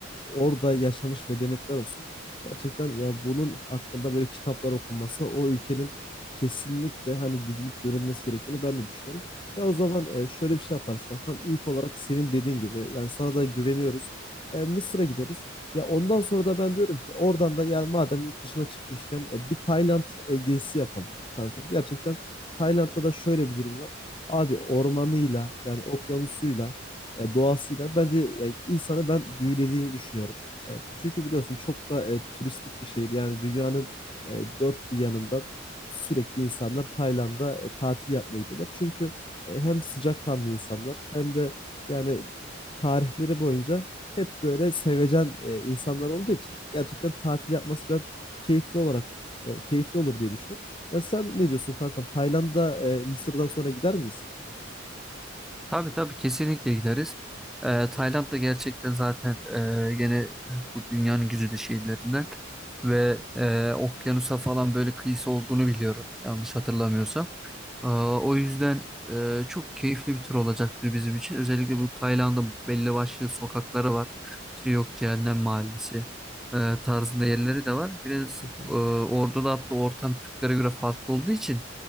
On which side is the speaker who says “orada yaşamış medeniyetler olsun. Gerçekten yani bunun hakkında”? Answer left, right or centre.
Left